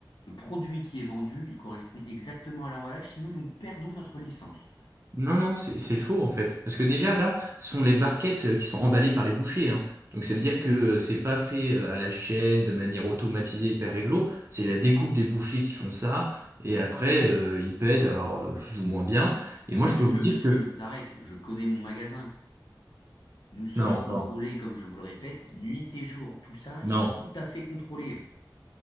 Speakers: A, on the left (about 75°); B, on the right (about 35°).
A: le produit qui est vendu, il correspond exactement à l'emballage, sinon nous perdons notre licence.
B: Non, non, c'est c'est faux en fait. Parce que déjà là, ce sont les barquettes euh, qui sont emballées par les bouchers. hein. Donc ça veut dire que euh, c'est pas fait euh, à la chaîne de manière automatisée, hyper réglo. C'est la découpe des bouchers qui font ça. Et après, euh, ils pèsent alors euh, plus ou moins bien.
A: Non
B: Et moi,
A: mais
B: je
A: monsieur,
B: peux vous dire
A: monsieur,
B: que
A: je vous arrête, je connais mon magasin. Nous sommes
B: non,
A: contrôlés,
B: non,
A: comme je vous le répète, nuit et jour. Tout ça
B: non.
A: est tout à fait contrôlé.